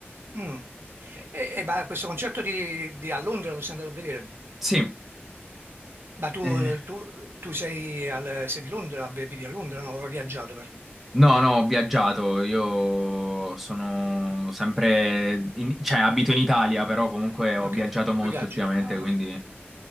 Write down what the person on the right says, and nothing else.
Mm.
E, e, beh, questo concerto di, di- a Londra lo sei andato a vedere.
Ma tu,
tu- tu sei, al- sei di Londra, beh, vivi a Londra, no? Ho viaggiato per...
Ok,
poi viaggi.
Ah,
ok.